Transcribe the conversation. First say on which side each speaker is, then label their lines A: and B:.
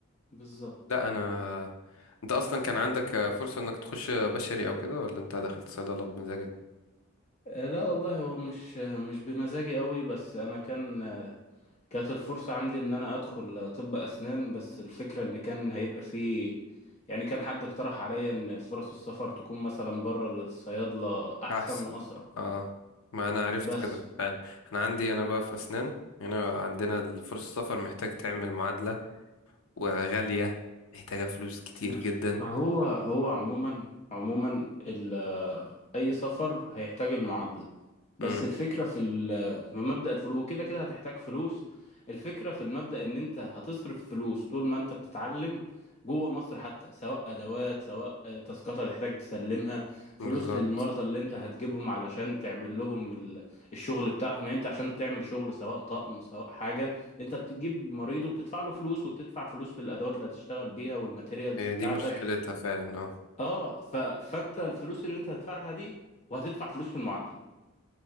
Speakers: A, on the left; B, on the left.
A: بالظبط
B: لا انا انت اصلا كان عندك آه، فرصة انك تخش بشري او كده ولا انت دخلت صيدلة بمزاجك
A: آه، لا والله هو مش آه، مش بمزاجي قوي بس انا كان آه، كانت الفرصة عندي ان انا ادخل آه، طب اسنان بس الفكرة ان كان هيبقى فيه يعني كان حد اقترح عليا ان فرص السفر تكون مثلا بره للصيادلة احسن
B: احسن
A: واسرع
B: اه ما انا عرفت
A: بس
B: كده فعلا. انا عندي انا بقى في اسنان هنا عندنا الفرصة السفر محتاج تعمل معادلة وغالية محتاجة فلوس كتير
A: ماشي.
B: جدا
A: هو هو عموما عموما ال- اي سفر هيحتاج المعادله بس
B: امم
A: الفكرة في ال- في مبدأ الفلوس كده كده هتحتاج فلوس الفكرة في المبدأ ان انت هتصرف فلوس طول ما انت بتتعلم جوه مصر حتى سواء ادوات سواء آه، تاسكات هتحتاج تسلمها فلوس
B: بالظبط
A: للمرضى اللي انت هتجيبهم علشان تعمل لهم ال- الشغل بتاعهم يعني انت عشان تعمل شغل سواء طقم سواء حاجة انت بتجيب مريض وبتدفع له فلوس وبتدفع فلوس للادوات اللي هتشتغل بيها والماتيريالز
B: هي
A: بتاعتك
B: دي مشكلتها فعلا اه
A: اه ف... فانت الفلوس اللي انت هتدفعها دي وهتدفع فلوس في المعادلة